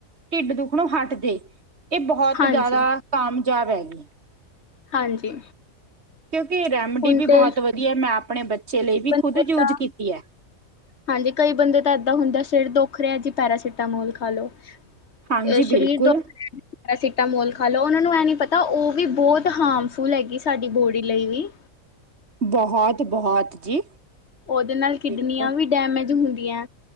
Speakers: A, on the right (about 50°); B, on the left (about 55°).
A: ਢਿੱਡ ਦੁੱਖ ਨੂੰ ਹੱਟ ਜੇ, ਏ ਬਹੁਤ
B: ਹਾਂਜੀ,
A: ਜਾਦਾ ਕਾਮਜਾਬ ਹੈਗੀ।
B: ਹਾਂਜੀ।
A: ਕਿਉਂਕਿ ਰੈਮਡੀ
B: ਹੁਣ
A: ਵੀ
B: ਤੇ
A: ਬਹੁਤ ਵਧੀਐ, ਮੈਂ ਅਪਣੇ ਬੱਚੇ ਲਈ ਵੀ
B: ਬੰਦੇ
A: ਖੁਦ ਯੂਜ
B: ਦਾ
A: ਕੀਤੀ ਐ।
B: ਹਾਂਜੀ, ਕਈ ਬੰਦੇ ਤਾਂ ਐਦਾਂ ਹੁੰਦੇ ਐ ਸਿਰ ਦੁੱਖ ਰਿਆ ਜੀ ਪੈਰਾਸੀਟਾਮੋਲ ਖਾਲੋ।
A: ਹਾਂਜੀ
B: ਅ
A: ਬਿਲਕੁਲ
B: ਸ਼ਰੀਰ ਦੁਖ ਰਿਆ ਪੈਰਾਸੀਟਾਮੋਲ ਖਾਲੋ। ਓਨਾਂ ਨੂੰ ਐ ਨੀ ਪਤਾ ਓ ਵੀ ਬੋਤ ਹਾਰਮਫੁੱਲ ਹੈਗੀ ਸਾਡੀ ਬੋਡੀ ਲਈ ਵੀ।
A: ਬਹੁਤ- ਬਹੁਤ ਜੀ।
B: ਓਦੇ ਨਾਲ ਕਿਡਨੀਆਂ
A: ਬਿਲਕੁਲ
B: ਵੀ ਡੈਮੇਜ ਹੁੰਦੀਐ।